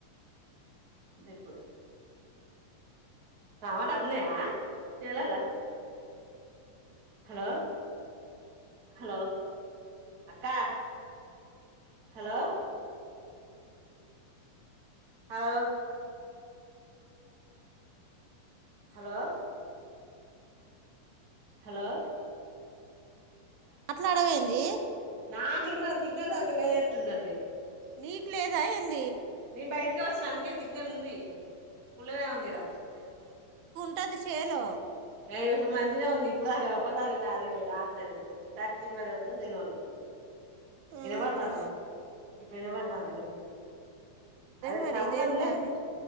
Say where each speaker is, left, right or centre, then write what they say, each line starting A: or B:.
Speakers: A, on the right; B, on the right.
A: ఇప్పు టమాటాలు ఉన్నయా చేేలల్లో, హలో హలో అక్క హలో, హలో హలో హలో
B: అట్లా అడవేంది
A: నాకినబడు సిగ్నల్ సరిగ లేనెట్టున్నది
B: నీకు లేదా ఎంది
A: నేను బయటికే వచ్చిన అందుకే సిగ్నల్ ఉంది పుల్లుగనే వుంది ఈడ
B: టచ్చి సేలో
A: ఏ ఇప్పుడు మంచినే ఉంది. ఇప్పుడు దాక ఒక్కోసారి నాది రాట్లేదు ఎందుకో టచ్చి మరివట్లో దేనివల్నో. ఇనవడుతాంది
B: ఆహా
A: పినబడుతాందిగా అదే
B: మరి
A: టమాటలుల్లే
B: ఇదేందా అని